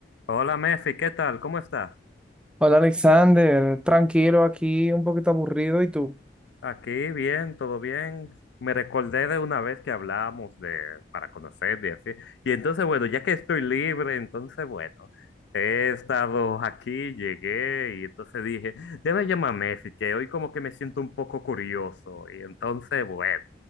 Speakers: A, on the left (about 85°); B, in the centre.
A: Hola Mefi, ¿qué tal? ¿Cómo estás?
B: Hola Alexander, tranquilo aquí, un poquito aburrido, ¿y tú?
A: Aquí bien, todo bien. Me recordé de una vez que hablamos de para conocer y así. Y entonces, bueno, ya que estoy libre, entonces, bueno, he estado aquí, llegué y entonces dije, déjame llamar a Mefi, que hoy como que me siento un poco curioso. Y entonces, bueno,